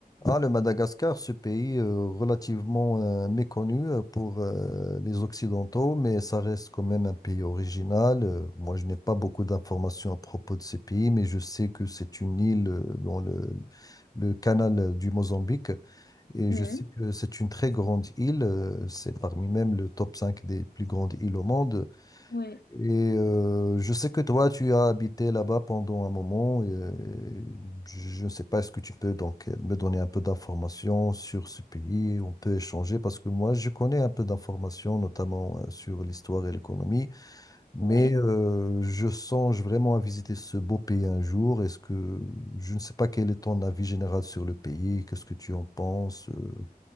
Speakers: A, on the left (about 25°); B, on the left (about 80°).
A: Ah, le Madagascar, ce pays euh, relativement euh, méconnu euh, pour euh, les Occidentaux, mais ça reste quand même un pays original. Euh, moi, je n'ai pas beaucoup d'informations à propos de ce pays, mais je sais que c'est une île euh, dans le, le canal euh, du Mozambique. Et
B: Mhm.
A: je sais que c'est une très grande île, euh, c'est parmi même le top 5 des plus grandes îles au monde.
B: Ouais,
A: Et euh, je sais que toi, tu as habité là-bas pendant un moment. Et, euh, je ne sais pas, est-ce que tu peux donc me donner un peu d'informations sur ce pays? On peut échanger parce que moi, je connais un peu d'informations, notamment euh, sur l'histoire et l'économie. Mais
B: ouais.
A: euh, je songe vraiment à visiter ce beau pays un jour. Est-ce que je ne sais pas quel est ton avis général sur le pays? Qu'est-ce que tu en penses? Euh,